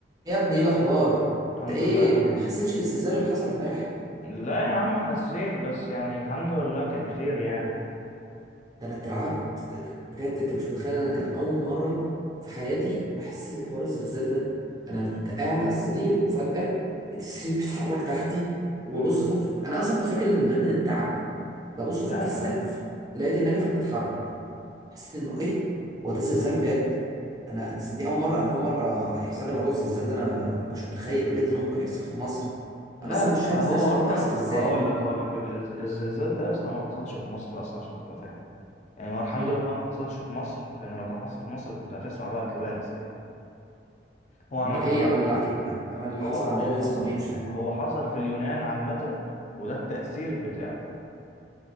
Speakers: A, on the right; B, on the left.
A: يا ابني ايه الاخبار
B: الحمد
A: انت ايه
B: لله يا حبيبي
A: ما حسيتش بالزلزال اللي حصل امبارح
B: لا يا عم حسيت بس يعني الحمد لله كان خير يعني
A: ده انا اترعبت بجد انت مش متخيل انا كان اول مره في حياتي احس بحوار الزلزال ده انا كنت قاعد على السرير وفجاه لقيت السرير <laughs> بيتحرك تحتي وببص
B: مم.
A: فوق انا اصلا كنت فاكر ان ده من التعب ببص
B: لا
A: فوق في
B: يا
A: السقف
B: عم
A: لقيت النجفه بتتحرك حسيت انه ايه هو ده زلزال بجد انا أصل دي اول مره انا اول مره يحصل لي موضوع الزلزال ده انا مش متخيل بجد انه ممكن يحصل في مصر
B: لا
A: انا اصلا مش فاهم الزلازل
B: هو اصلا
A: دي بتحصل ازاي
B: هقول لك هقول لك ال- الزلزال ده اصلا ما حصلش في مصر اصلا عشان تبقى فاهم يعني هو الحمد
A: امم
B: لله إنه ما حصلش في مصر لان لو كان حصل في مصر كنت هتسمع بقى كوارث يعني هو عامه
A: امال ايه امال اللي امال اللي
B: هو
A: حصل
B: هو
A: عندنا ده
B: حصل
A: اسمه ايه مش فاهم
B: هو حصل في اليونان عامه وده التأثير بتاعه